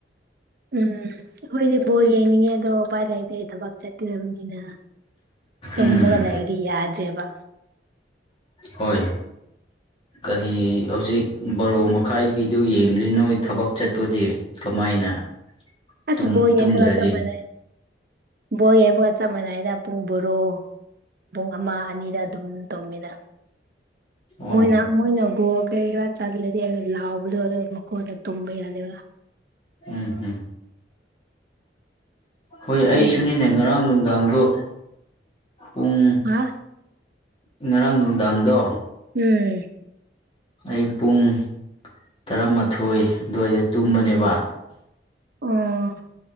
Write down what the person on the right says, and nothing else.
ꯎꯝ ꯑꯩꯈꯣꯏꯗꯤ ꯕꯣꯜ ꯌꯦꯡꯅꯤꯡꯉꯦ ꯑꯗꯣ ꯎꯄꯥꯏ ꯂꯩꯇꯦ ꯑꯩ ꯊꯕꯛ ꯆꯠꯀꯗꯕꯅꯤꯅ ꯇꯨꯝꯃꯒ
ꯂꯩꯔꯗꯤ ꯌꯥꯗ꯭ꯔꯦꯕ
ꯑꯁ
ꯕꯣꯜ
ꯌꯦꯡꯕꯒ ꯆꯞ ꯃꯥꯟꯅꯩ ꯕꯣꯜ ꯌꯦꯡꯕꯒ ꯆꯞ ꯃꯥꯟꯅꯩꯌꯦꯗ ꯄꯨꯡ ꯕꯔꯣ ꯄꯨꯡ ꯑꯃ ꯑꯅꯤꯗ ꯑꯗꯨꯝ ꯇꯨꯝꯃꯤꯗ
ꯃꯣꯏꯅ ꯃꯣꯏꯅ ꯒꯣꯜ ꯀꯩꯕ ꯆꯜꯂꯗꯤ ꯂꯥꯎꯕꯗꯣ ꯑꯗꯨ ꯃꯈꯣꯜꯗꯨ ꯇꯝꯕ ꯌꯥꯗ ꯋꯥ
ꯎꯝ
ꯉꯥ
<unintelligible>
ꯑꯣ